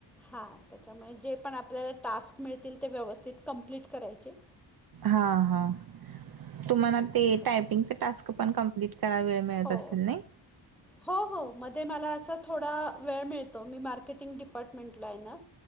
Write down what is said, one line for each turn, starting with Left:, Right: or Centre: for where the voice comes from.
Centre: हा. त्याच्यामुळे जे पण आपल्याला टास्क मिळतील ते व्यवस्थित कंप्लीट करायचे.
Right: हा हा तुम्हाला ते टायपिंगच
Centre: बरं
Right: टास्क पण कम्प्लीट. त्याला वेळ मिळत
Centre: हो
Right: असेल नाही?
Centre: हो हो मध्ये मला असा थोडा वेळ मिळतो. मी मार्केटिंग डिपार्टमेंटला आहे ना.